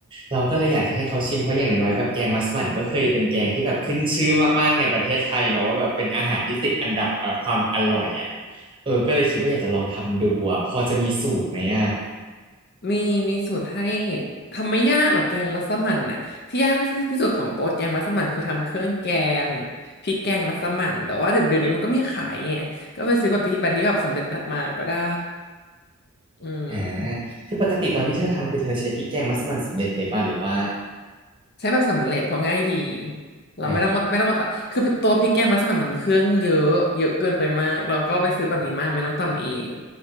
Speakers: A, on the right; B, on the left.
A: เราก็เลยอยากจะให้เขาชิมเพราะอย่างน้อยๆแบบแกงมัสมั่นก็เคยเป็นแกงที่แบบขึ้นชื่อมากๆในประเทศไทยเนาะว่าแบบเป็นอาหารที่ติดอันดับเอ่อความอร่อยอ่ะเออก็เลยคิดว่าอยากจะลองทำดูอ่ะพอจะมีสูตรไหมอ่ะ
B: มีมีสูตรให้ทำไม่ยากหรอกแกงมัสมั่นน่ะที่ยากที่สุดของตัวแกงมัสมั่นคือทำเครื่องแกงพริกแกงมัสมั่นแต่ว่าเดี๋ยวเดี๋ยวนี้มันก็มีขายไงก็ไปซื้อแบบที่แบบที่แบบสำเร็จมาก็ได้อืม
A: อ่าคือปกติตอนที่เธอทำคือเธอใช้พริกแกงมัสมั่นสำเร็จเลยป่ะหรือว่า
B: ใช้แบบสำเร็จเพราะง่ายดีเราไม่ต้องมาไม่ต้องมาตะคือตัวพริกแกงมัสมั่นมันเครื่องเยอะเยอะเกินไปมากเราก็ไปซื้อแบบนี้มาไม่ต้องตำเอง
A: อ่า